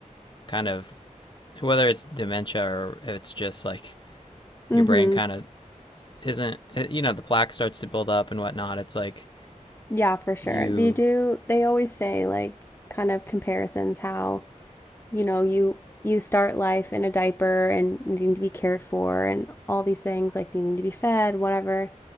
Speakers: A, on the left (about 40°); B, on the left (about 20°).
A: kind of whether it's dementia or it's just like
B: Mm-hmm.
A: your brain kind of isn't, uh, you know, the plaque starts to build up and whatnot. It's like
B: Yeah, for sure.
A: you,
B: They do they always say like kind of comparisons how, you know, you you start life in a diaper and needing to be cared for and all these things like needing to be fed, whatever.